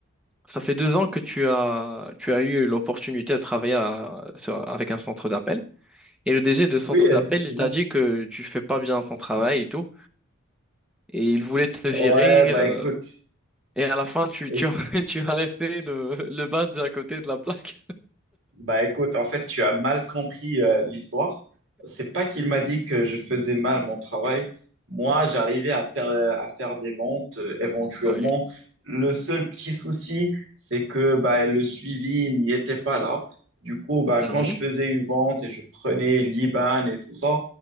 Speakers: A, in the centre; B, on the right.
A: ça fait deux ans que tu as, tu as eu l'opportunité de travailler à- sur- avec un centre d'appel. Et le DG de centre
B: Oui, effectivement.
A: d'appel, il t'a dit que tu fais pas bien ton travail et tout. Et il voulait te virer.
B: Ouais, bah
A: euh,
B: écoute,
A: et à la fin, tu,
B: écoute.
A: tu, <laughs> tu as laissé le, le badge à côté de la plaque.
B: Bah écoute, en fait, tu as mal compris euh, l'histoire. C'est pas qu'il m'a dit que je faisais mal mon travail. Moi, j'arrivais à faire, euh, à faire des ventes euh, éventuellement.
A: Oui.
B: Le seul petit souci, c'est que bah, le suivi n'y était pas là. Du coup, bah,
A: Mhm.
B: quand je faisais une vente et je prenais l'IBAN et tout ça,